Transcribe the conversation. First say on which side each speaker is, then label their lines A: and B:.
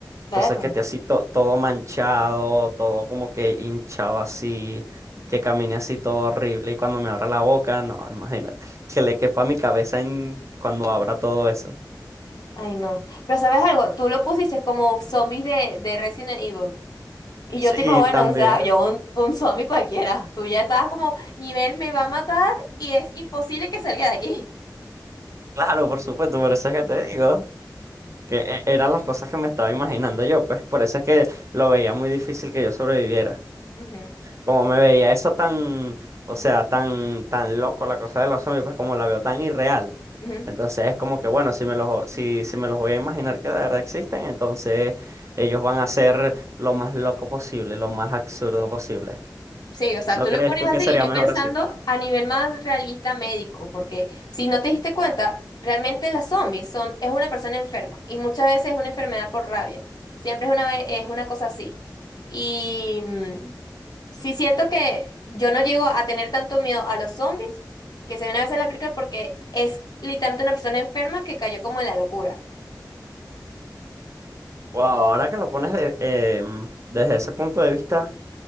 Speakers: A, on the right (about 40°); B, on the left (about 65°).
A: Entonces
B: Perro.
A: que esté así to- todo manchado, todo como que hinchado así, que camine así todo horrible y cuando me abra la boca, no, imagínate, <laughs> que le quepa a mi cabeza en cuando abra todo eso.
B: Ay, no. Pero ¿sabes algo? Tú lo pusiste como zombies de, de Resident Evil. Y yo
A: Sí,
B: tipo, bueno,
A: también.
B: o sea, yo un, un zombie cualquiera. Tú ya estabas como, nivel me va a matar y es imposible que salga de aquí.
A: Claro, por supuesto, por eso es que te digo, que e- eran las cosas que me estaba imaginando yo, pues por eso es que lo veía muy difícil que yo sobreviviera.
B: Ujú,
A: Como me veía eso tan, o sea, tan, tan loco la cosa de los zombies, pues como la veo tan irreal.
B: ujú.
A: Entonces es como que, bueno, si me los, si, si me los voy a imaginar que de verdad existen, entonces ellos van a ser lo más loco posible, lo más absurdo posible.
B: Sí, o sea,
A: ¿No
B: tú
A: crees
B: lo pones
A: tú
B: así
A: que sería
B: y yo
A: mejor
B: pensando
A: así?
B: a nivel más realista médico, porque si no te diste cuenta, realmente las zombies son, es una persona enferma y muchas veces es una enfermedad por rabia. Siempre es una, ve- es una cosa así. Y mm, sí siento que yo no llego a tener tanto miedo a los zombies que se ven a veces en la película porque es literalmente una persona enferma que cayó como en la locura.
A: O ahora que lo pones de- em, desde ese punto de vista.